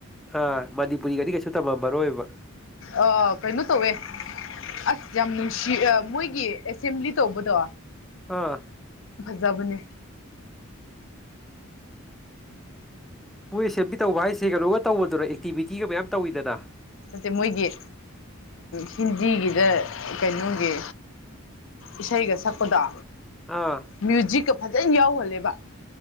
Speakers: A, in the centre; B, on the left (about 60°).
A: ꯑꯥ ꯃꯅꯤꯄꯨꯔꯤꯒꯗꯤ ꯀꯩꯁꯨ ꯇꯝꯃꯝꯃꯔꯣꯏꯕ
B: ꯑ ꯀꯩꯅꯩꯅꯣ ꯇꯧꯋꯦ ꯑꯁ ꯌꯥꯝ ꯅꯨꯡꯁꯤ ꯃꯣꯏꯒꯤ ꯑꯦꯁꯦꯝꯕ꯭ꯂꯤ ꯇꯧꯕꯗꯣ
A: ꯑꯥ
B: ꯆꯕꯅꯦ
A: ꯃꯣꯏ ꯁꯦꯝꯕꯤ ꯇꯧꯕ ꯍꯥꯏꯁꯦ ꯀꯩꯅꯣꯒ ꯇꯧꯕꯗꯨꯅ ꯑꯦꯛꯇꯤꯚꯇꯤꯒ ꯃꯌꯥꯝ ꯇꯧꯋꯤꯗꯅ
B: ꯅꯠꯇꯦ ꯃꯣꯏꯒꯤ ꯍꯤꯟꯗꯤꯒꯤꯗ ꯀꯩꯅꯣꯒꯤ ꯏꯁꯩꯒ ꯁꯛꯄꯗꯣ
A: ꯑꯥ
B: ꯃꯨꯖꯛ ꯐ ꯌꯥꯎꯍꯜꯂꯦꯕ